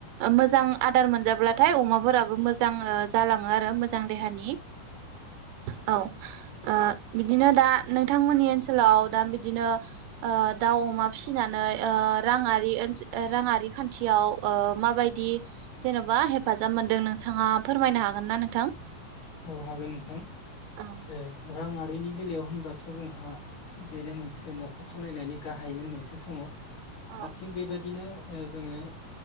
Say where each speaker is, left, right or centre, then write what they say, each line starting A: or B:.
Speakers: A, on the right; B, on the left.
A: मोजां आदार मोनजाब्लाथाय अमा। फोराबो मोजां ओ जालाङो आरो। जां देहानि औ ओ। बिदिनो दा नोंथांमोननि ओनसोलाव दा बिदिनो ओ दाउ अमा फिसिनानै ओ राङारिओ राङारि खान्थियाव ओ माबायदि जेन'बा हेफा जां मोन्दों नोंथाङा फोरमायनो हागोन ना नोंथां।
B: औ हागोन नोंथां
A: औ
B: ए रां आ। खैनि बेलायाव होनबाथ' जोंहा बेनो मोनसे न'खर सलायनायनि गाहायमोन मोनसे समाव।
A: औ
B: दा थिग बेबादिनो। ओ जोङो